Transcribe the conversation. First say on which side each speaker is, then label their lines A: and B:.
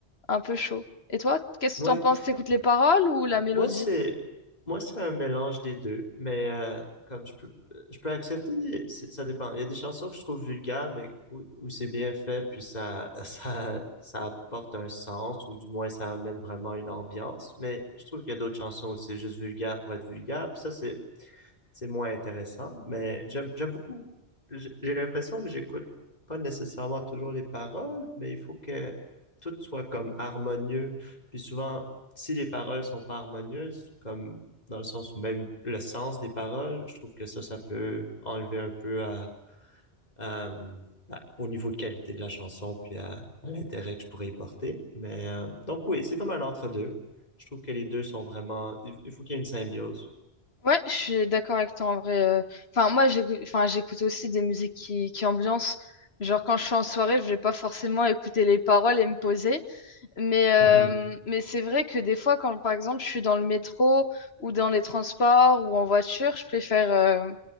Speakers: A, on the left; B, on the left.
A: un peu chaud. Et toi, qu'est-ce
B: ouais.
A: que t'en penses? T'écoutes les paroles ou la mélodie?
B: Moi, c'est moi, c'est un mélange des deux, mais euh, comme je peux je peux accepter des- c'est- ça dépend. Il y a des chansons que je trouve vulgaires, mais où, où c'est bien fait, puis ça, <laughs> ça ça apporte un sens, ou du moins ça amène vraiment une ambiance. Mais je trouve qu'il y a d'autres chansons où c'est juste vulgaire pour être vulgaire. Puis ça, c'est c'est moins intéressant, mais j'aime j'aime beaucoup. J'ai l'impression que j'écoute pas nécessairement toujours les paroles, mais il faut que tout soit comme harmonieux. Puis souvent, si les paroles sont pas harmonieuses, comme dans le sens où même le sens des paroles, je trouve que ça, ça peut enlever un peu à, à, bah, au niveau de qualité de la chanson, puis à, à l'intérêt que je pourrais y porter. Mais euh, donc oui, c'est comme un entre-deux. Je trouve que les deux sont vraiment... Il faut qu'il y ait une symbiose.
A: Ouais, je suis d'accord avec toi en vrai. euh. Enfin, moi, j'écoute, enfin, j'écoute aussi des musiques qui, qui ambiancent. Genre, quand je suis en soirée, je vais pas forcément écouter les paroles et me poser. Mais, euh,
B: Mhm.
A: mais c'est vrai que des fois, quand par exemple, je suis dans le métro ou dans les transports ou en voiture, je préfère. euh,